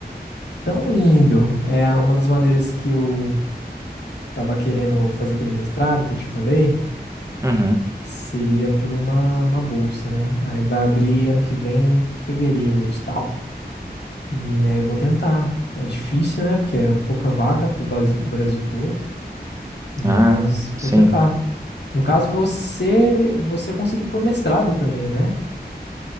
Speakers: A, on the left; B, on the right.
A: Tão indo. É uma das maneiras que eu tava querendo fazer aquele mestrado que eu te falei,
B: Uhum.
A: seria por uma, uma bolsa, né? Aí vai abrir ano que vem, em fevereiro, o edital. E aí eu vou tentar. É difícil, né? Porque é pouca vaga pro Bas- Brasil todo, mas
B: Ah, sim.
A: vou tentar. No caso, você você conseguiu por mestrado também, né?